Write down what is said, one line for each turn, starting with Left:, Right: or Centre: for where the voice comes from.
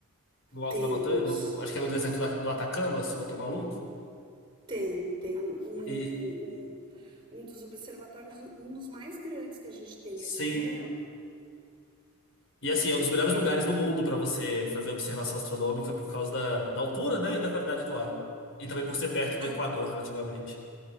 Left: no alto
Right: Temos.
Left: da montanha, no- no- acho que é no deserto da- do Atacama, se eu não estou maluco.
Right: Tem, tem um, um,
Left: E
Right: um- um dos observatórios, um dos mais grandes que a gente tem
Left: sim.
Right: aqui é
Left: E assim, é um dos melhores
Right: tem
Left: lugares do mundo para você fazer observação astronômica por causa da, da altura, né, e da qualidade do ar. E também por ser perto do
Right: a,
Left: Equador, relativamente.